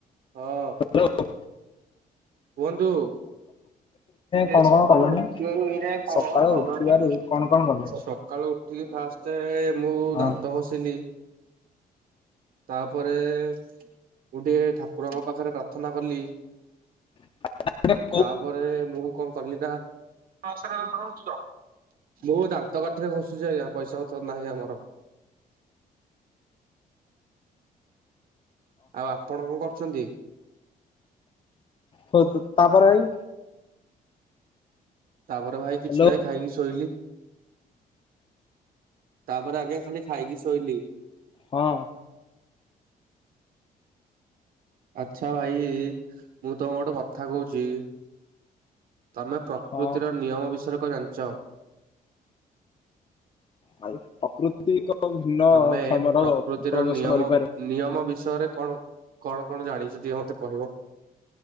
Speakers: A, on the right; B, on the left.
A: ହଁ।
B: ହ୍ୟାଲୋ।
A: କୁହନ୍ତୁ।
B: କଣ
A: ଏ ସକାଳୁ
B: କଣ କଲଣି
A: ଉଠିବା <unintelligible> ଏଇନାଇ କଣ
B: ସକାଳୁ
A: କଣ କଲଣି
B: ଉଠିବାରୁ
A: ନା?
B: କଣ କଣ କଲେଣି?
A: ସ ସକାଳୁ ଉଠିକି ଫାଷ୍ଟେ ମୁଁ
B: ହଁ।
A: ଦାନ୍ତ ଘଷିଲି। ତାପରେ ମୁଁ ଟିକେ ଠାକୁରଙ୍କ ପାଖରେ ପ୍ରାର୍ଥନା କଲି।
B: <inaudible>
A: ତାପରେ ମୁଁ କଣ କଲିି ନା ମୁଁ ଦାନ୍ତ କାଠିରେ ଘସୁଛି ଆଜ୍ଞା ପଇସା ପତ୍ର ନାହିଁ ଆମର। ଆଉ ଆପଣ କଣ କରୁଛନ୍ତି?
B: କୁହନ୍ତୁ ତାପରେ ଭାଇ।
A: ତାପରେ ଭାଇ କିଛି
B: ହ୍ୟାଲୋ
A: ନାହିଁ ଖାଇକି ଶୋଇଲି ତାପରେ ଆଜ୍ଞା ଖାଲି ଖାଇକି ଶୋଇଲି।
B: ହଁ।
A: ଆଚ୍ଛା ଭାଇ ମୁଁ ତମକୁ ଗୋଟେ କଥା କହୁଛି ତମେ ପ୍ରକୃତିର
B: ହଁ।
A: ନିୟମ ବିଷୟରେ କଣ ଜାଣିଛ?
B: ଭାଇ ପ୍ରକୃତି ଏକ ଭିନ୍ନ
A: ତମେ
B: କ୍ଷମ
A: ପ୍ରକୃତିର
B: ର ପ୍ରଦର୍ଶନ
A: ନିୟମ
B: କରିପାରେ।
A: ନିୟମ ବିଷୟରେ କଣ କଣ କଣ ଜାଣିଛ ଟିକେ ମତେ କହିବ।